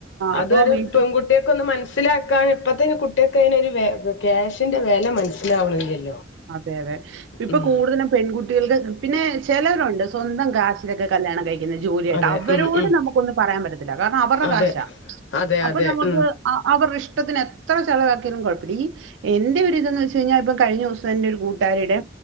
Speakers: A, on the left; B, on the right.
A: അതൊരു
B: അപ്പൊ വീട്ട്
A: പെൺകുട്ടിയക്കെ ഒന്ന് മനസ് മനസ്സിലാക്കാൻ ഇപ്പഴത്തേന് കുട്ടികക്ക് അതിനൊ ഒരു ക്യാഷിന്റെ വില മനസ്സിലാവണില്ലല്ലോ
B: അതെ അതെ ഇപ്പൊ
A: ഉം
B: കൂടുതലും പെൺകുട്ടി കുട്ടികൾക്ക് പിന്നെ ചിലവരുണ്ട് സ്വന്തം കാശിലൊക്കെ കല്യാണം കഴിക്കുന്ന ജോലിയായിട്ട്
A: അതെ
B: അവരോട്
A: ഉം ഉം
B: നമുക്കൊന്നും പറയാൻ പറ്റത്തില്ല കാരണം അവരുടെ
A: അതെ
B: കാശാ
A: അതെ
B: അപ്പൊ
A: അതെ
B: നമുക്ക്
A: ഉം
B: ആ അവരുടെ ഇഷ്ടത്തിന് എത്ര ചെിലവാക്കിയാലും കുഴപ്പില്ല എന്റെ ഒരുരിതന്ന് വെച്ച് കഴിഞ്ഞാൽ ഇപ്പ കഴിഞ്ഞ ദിവസം ന്റെ ഒരു കൂട്ടാരിയുടെ